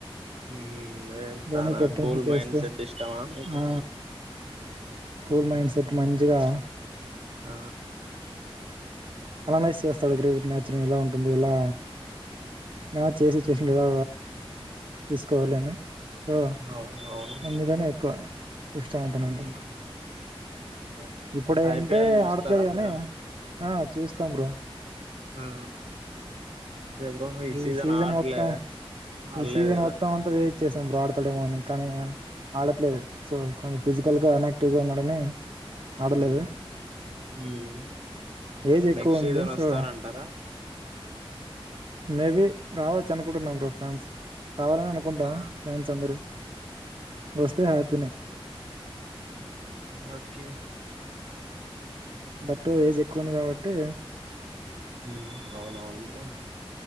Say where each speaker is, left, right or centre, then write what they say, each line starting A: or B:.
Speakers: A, on the right; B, on the right.
A: ఉమ్ అంతనా
B: ధోని కెప్టెన్సీ
A: కూల్ మైండ్
B: చేస్తే
A: సెట్ ఇష్టమా మీకు
B: ఆ కూల్ మైండ్ సెట్ మంచిగా
A: ఆ
B: అనాలైజ చేస్తాడు క్రికెట్ మ్యాచ్ ఇలా ఉంటుంది ఇలా మ్యాచ్ ఏ సిచ్యువేషన్ లేదా తీసుకోవాలి అని ఓ
A: అవునవును
B: అందుకని ఎక్కువ ఇష్టం అవుతున్నాంటే
A: మ్మ్ బ్రో
B: ఇప్పుడు ఏంటే
A: ఐపీఎల్ చూస్తారా
B: ఆడట్లేదు కానీ
A: మీరు
B: ఆ చూస్తాం బ్రో
A: ఆ అదే బ్రో
B: ఈ సీజన్
A: ఆడలే
B: మొత్తం
A: ఆడలేదు
B: ఈ సీజన్
A: కదా
B: మొత్తం అంతా వ చూశాం బ్రో ఆడతాడేమో అని కానీ ఆడట్లేదు సో కొంచెం ఫిజికల్ గా అనాక్టివ్ గా ఉన్నాడని ఆడలేదు
A: హమ్ హమ్
B: ఏజ్ ఎక్కువ
A: నెక్స్ట్ సీజన్
B: ఉంది
A: వస్తారంటారా
B: సో మేబి రావచ్చు అనుకుంటరు నం బ్రో ఫ్యాన్స్ రావాలని అనుకుంటాం
A: ఆ
B: ఫ్యాన్స్ అందరుూ వస్తే హ్యాపి నే
A: ఓకే
B: బట్టు ఏజ్ ఎక్కువంది కాబట్టి
A: హమ్ అవునవును బ్రో